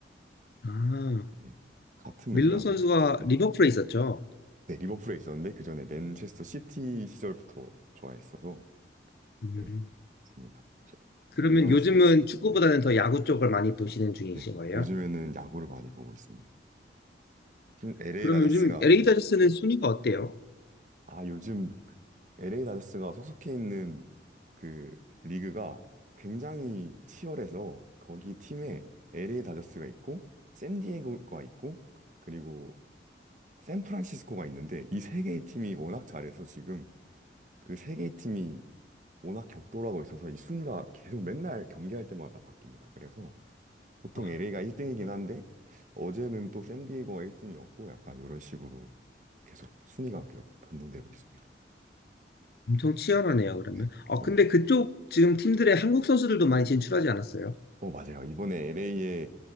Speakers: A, on the left; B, on the right.
A: 아.
B: 네. 같은
A: 밀러
B: 맥락으로,
A: 선수가
B: 네.
A: 리버풀에 있었죠.
B: 네, 리버풀에 있었는데, 그 전에 맨체스터 시티 시절부터 좋아했어서,
A: 음.
B: 네, 맞습니다.
A: 그러면
B: 유명했을
A: 요즘은
B: 때는, 네,
A: 축구보다는
B: 네,
A: 더 야구 쪽을 많이 보시는 중이신
B: 네.
A: 거예요?
B: 요즘에는 야구를 많이 보고 있습니다. 지금 LA
A: 그러면
B: 다저스가,
A: 요즘 LA
B: 네.
A: 다저스는 순위가 어때요?
B: 아, 요즘 그 LA 다저스가 속속해 있는 그 리그가 굉장히 치열해서, 거기 팀에 LA 다저스가 있고, 샌디에고가 있고, 그리고 샌프란시스코가 있는데 이 세 개의 팀이 워낙 잘해서 지금 그 세 개의 팀이 워낙 격돌하고 있어서 이 순위가 계속 맨날 경기할 때마다 바뀝니다. 그래서 보통
A: 아,
B: LA가 1등이긴 한데 어제는 또 샌디에이고가 1등이었고 약간 이런 식으로 계속 순위가 계속 변동되고 있습니다.
A: 엄청 치열하네요, 그러면.
B: 네.
A: 아,
B: 어,
A: 근데 그쪽 지금 팀들의 한국 선수들도 많이 진출하지 않았어요?
B: 어, 맞아요. 이번에 LA에